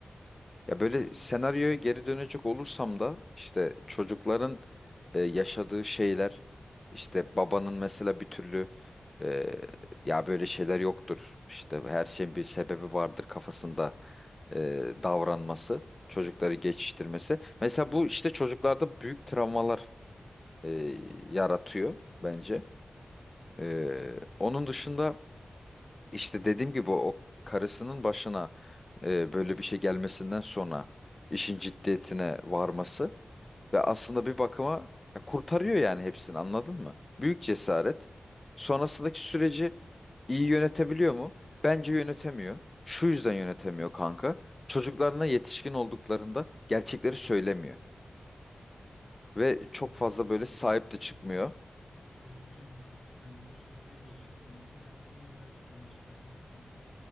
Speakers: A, on the left; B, on the left.
A: Ya böyle senaryoya geri dönecek olursam da işte çocukların e, yaşadığı şeyler işte babanın mesela bir türlü e, ya böyle şeyler yoktur işte her şeyin bir sebebi vardır kafasında e, davranması çocukları geçiştirmesi. Mesela bu işte çocuklarda büyük travmalar e, yaratıyor bence. E, onun dışında işte dediğim gibi o karısının başına e, böyle bir şey gelmesinden sonra işin ciddiyetine varması ve aslında bir bakıma ya kurtarıyor yani hepsini anladın mı? Büyük cesaret. Sonrasındaki süreci iyi yönetebiliyor mu? Bence yönetemiyor. Şu yüzden yönetemiyor kanka. Çocuklarına yetişkin olduklarında gerçekleri söylemiyor ve çok
B: Evet
A: fazla
B: bak
A: böyle
B: o
A: sahip
B: kısmı
A: de çıkmıyor.
B: mesela çocukken kanka hani o şekilde geçiştirmesi yani yine birazcık anlaşılabilir tamam mı?